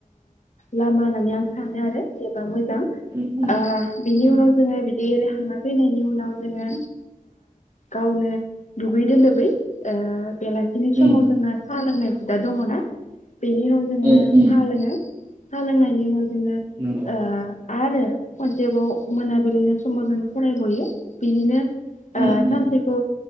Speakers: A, on the left (about 60°); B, on the right (about 30°).
A: लामा होननानै आं सानो आरो एबा मोजां
B: उम
A: <unintelligible> बिनि
B: उम
A: उनाव जोङो बिदि रायखांना फैनायनि उनाव जोङो गावनो दुगै दोलोबै बेलासिनि समाव
B: उम
A: जोंना साहा लोंनाय दा दङ ना बेनि उनाव जोङो <unintelligible>
B: उम उम
A: लोङो सा लोंनायनि उनाव <unintelligible>
B: नंगौ
A: ओ आरो खनसेबाव मोनाबिलिनि समाव जों फरायबयो बिनिनो ओ
B: उम उम
A: सानसेखौ